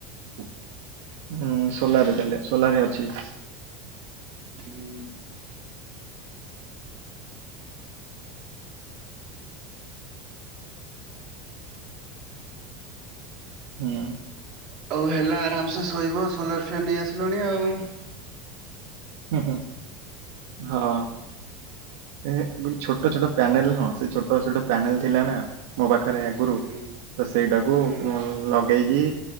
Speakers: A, on the right; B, on the right.
A: ହୁଁ ସୋଲାରରେ ଚାଲିବ ସୋଲାର ରେ ଅଛି।
B: ହୁଁ।
A: ହୁଁ।
B: ହଉ ହେଲା ଆରାମସେ ଶୋଇବ ସୋଲାର ଫ୍ୟାନ୍ ନେଇ ଆସିଲଣି ଆଉ।
A: ଓ ହୋ ହଁ। ଏ ଗୋଟେ ଛୋଟ ଛୋଟ ପ୍ୟାନେଲ ହଁ ସେ ଛୋଟ ଛୋଟ ପ୍ୟାନେଲ ଥିଲା ନା। ମୋ ପାଖରେ ଆଗରୁ ତ
B: ହୁଁ
A: ସେଇଟାକୁ
B: ହୁଁ
A: ମୁଁ ଲଗେଇକି